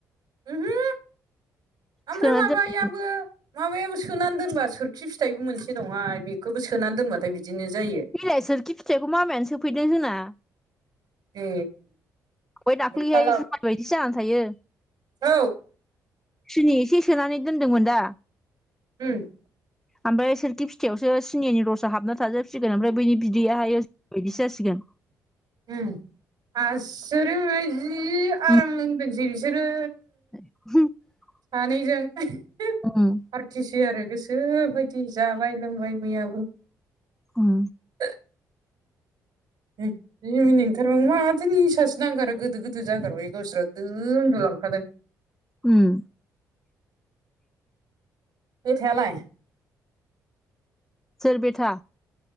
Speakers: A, on the right (about 70°); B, in the centre.
A: ओमहो ओमफ्राय
B: सोना
A: माबायाबो
B: दोनदों
A: माबायाबो सोनान दोनबा सोरखि फिथाइबो मोनसे दंहाय बेखौबो सोनान दोनबाथाय बिदिनो जायो।
B: बिलाइ सोरखि फिथाइखौ मामायानो सोफैदों जोंना
A: ए।
B: बहाय दाख्लैहाय
A: फाला
B: जुमाय बायदिसो जानान थायो।
A: औ
B: सिनि एसे सोनानै दोन्दोंमोन दा।
A: उम।
B: ओमफ्राय सोरखि फिथाइावसो सिनिनि रसआ हाबना थाजोबसिगोन ओमफ्राय बैनि बिदैयाहायो <unintelligible> जासिगोन।
A: उम आसोरित मोनबाय जि आराम
B: उम
A: लोंदोंसै बिसोरो।
B: <unintelligible>
A: सानैजों <inaudible>
B: उम।
A: फारथिसै आरो गोसोबायदि जाबाय लोंबाय मैयाबो।
B: उम
A: <unintelligible> जि मिनिनो ओंखारबाय आं माथो निसासो नांगारो गोदो गोदो जागारबाय गावसोरा दो उन्दुलांखादों।
B: उम।
A: बेथायालाय?
B: सोर बेथा?